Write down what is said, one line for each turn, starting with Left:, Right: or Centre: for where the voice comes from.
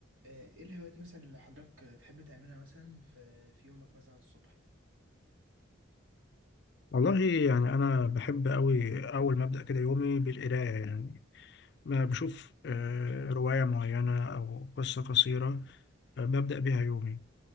Right: آه، ايه الهوايات مثلا اللي حضرتك آه، تحب تعملها مثلا في في يومك مثلا الصبح
Left: والله يعني أنا بحب أوي أول ما أبدأ كده يومي بالقراية يعني ما بشوف آه، رواية معينة أو قصة قصيرة آه، ببدأ بيها يومي